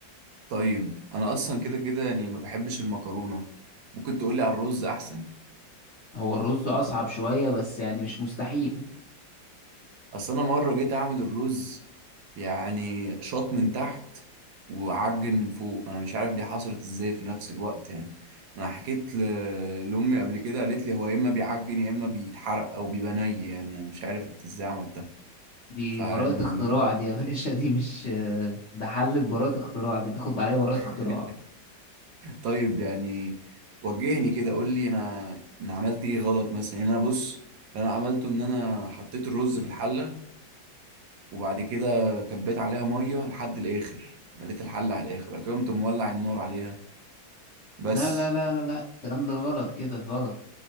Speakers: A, on the right; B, on the left.
A: طيب انا اصلا كده كده يعني ما بحبش المكرونة ممكن تقولي على الرز احسن
B: هو الرز أصعب شوية بس يعني مش مستحيل
A: اصل انا مرة جيت اعمل الرز يعني شاط من تحت وعجن من فوق انا مش عارف دي حصلت ازاي في نفس الوقت يعني انا حكيت ل... لامي قبل كده قالت لي هو يا اما بيعجن يا اما بيتحرق او بيبقى ني يعني انا مش عارف انت ازاي عملتها
B: دي
A: فيعني
B: براءة اختراع دي يا <laughs> باشا دي مش آه، ده حلة براءة اختراع دي تاخد عليها براءة
A: <laughs>
B: اختراع
A: طيب يعني وجهني كده قول لي انا انا عملت ايه غلط مثلا يعني انا بص اللي انا عملته ان انا حطيت الرز في الحله وبعد كده كبيت عليها ميه لحد الاخر مليت الحله على الاخر بعد كده قمت مولع النار عليها بس
B: لا لا لا لا لا الكلام ده غلط كده غلط